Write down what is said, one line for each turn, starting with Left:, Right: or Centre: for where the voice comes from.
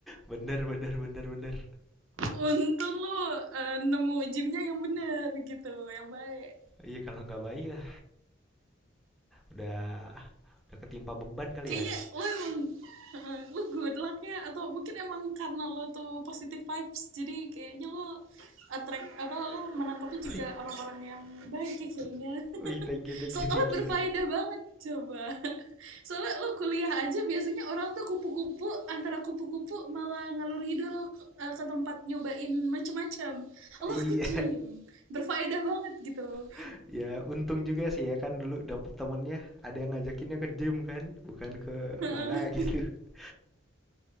Centre: bener bener bener bener.
Right: <laughs> Untung lo eh, nemu gymnya yang bener gitu, yang baik.
Centre: Iya kalau nggak baik ya Udah udah ketimpa beban kali
Right: Kayaknya
Centre: ya.
Right: lo emang eh, lo good luck ya atau mungkin emang karena lo tuh positive vibes jadi kayaknya lo attract apa lo menangkapnya
Centre: Wih,
Right: juga orang-orang yang baik ya kayaknya
Centre: wih, thank you, thank
Right: soalnya
Centre: you, thank you,
Right: berfaedah
Centre: thank you.
Right: banget coba <laughs> soalnya lo kuliah aja biasanya orang tuh kupu-kupu antara kupu-kupu malah ngalur ngidul eh, ke tempat nyobain macam-macam lo
Centre: Iya,
Right: ke gym berfaedah banget gitu
Centre: <laughs> ya untung juga sih ya kan dulu dapet temennya ada yang ngajakinnya ke gym kan, bukan ke
Right: <laughs>
Centre: mana gitu. <laughs>